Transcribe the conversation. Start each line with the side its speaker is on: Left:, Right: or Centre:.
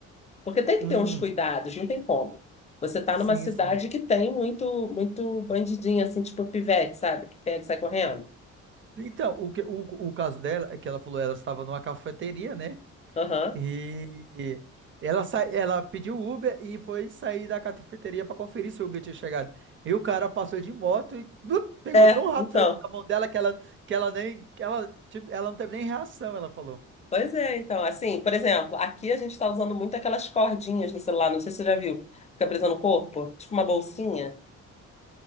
Left: Porque tem que
Right: Hum,
Left: ter uns cuidados, não tem como. Você tá
Right: sim,
Left: numa cidade
Right: sim.
Left: que tem muito, muito bandidinho, assim, tipo pivete, sabe? Que pega e sai correndo.
Right: Então, o, que- o, o caso dela é que ela falou, ela estava numa cafeteria, né?
Left: Aham.
Right: E ela, sa- ela pediu Uber e foi sair da cafeteria para conferir se o Uber tinha chegado. E o cara passou de moto e blup, pegou
Left: É,
Right: tão rápido
Left: então.
Right: lá da mão dela que ela, que ela nem, que ela, tive- ela não teve nem reação, ela falou.
Left: Pois é, então. Assim, por exemplo, aqui a gente tá usando muito aquelas cordinhas no celular, não sei se você já viu. Fica presa no corpo, tipo uma bolsinha.